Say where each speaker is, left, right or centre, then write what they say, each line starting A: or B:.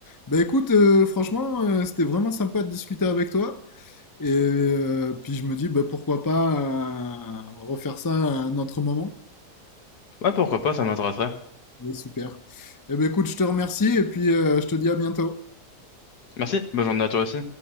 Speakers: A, on the left (about 30°); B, on the left (about 65°).
A: Bah écoute, euh, franchement, euh, c'était vraiment sympa de discuter avec toi. Et euh, puis je me dis, bah, pourquoi pas euh, refaire ça à un autre moment.
B: Ouais, pourquoi pas, ça m'intéresserait.
A: Oui, super. Et ben écoute, je te remercie et puis euh, je te dis à bientôt.
B: Merci, bonne journée à toi aussi.